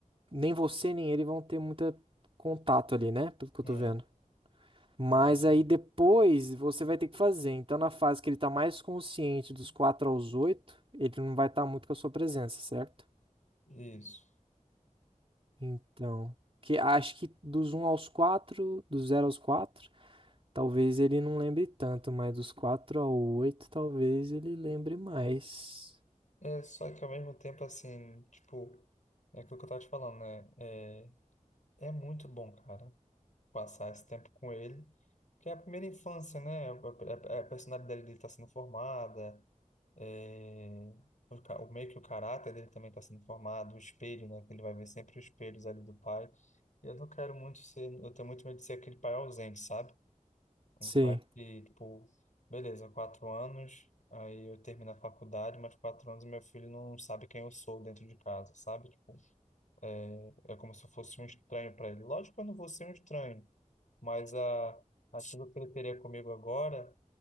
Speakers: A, on the right; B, on the left.
A: Nem você, nem ele vão ter muito contato ali, né? Pelo que eu
B: É,
A: tô vendo. Mas
B: exatamente.
A: aí depois você vai ter que fazer. Então, na fase que ele tá mais consciente dos quatro aos oito, ele não vai estar muito com a sua presença, certo?
B: Isso.
A: Então. Que acho que dos um aos quatro, do zero aos quatro. Talvez ele não lembre tanto, mas dos 4 ao 8 talvez ele lembre mais.
B: É, só que ao mesmo tempo, assim, tipo, é aquilo que eu tava te falando, né? É, é muito bom, cara. passar esse tempo com ele, que é a primeira infância, né? A, a- a personalidade dele está sendo formada, é, o, ca- o meio que o caráter dele também está sendo formado, o espelho, né? que Ele vai ver sempre os espelhos ali do pai. E eu não quero muito ser, eu tenho muito medo de ser aquele pai ausente, sabe? Um
A: Sim,
B: pai que, tipo, beleza, quatro anos, aí eu termino a faculdade, mas quatro anos meu filho não sabe quem eu sou dentro de casa, sabe? Tipo, é, é como se eu fosse um estranho para ele. Lógico que eu não vou ser um estranho, mas a, aquilo que ele teria comigo agora,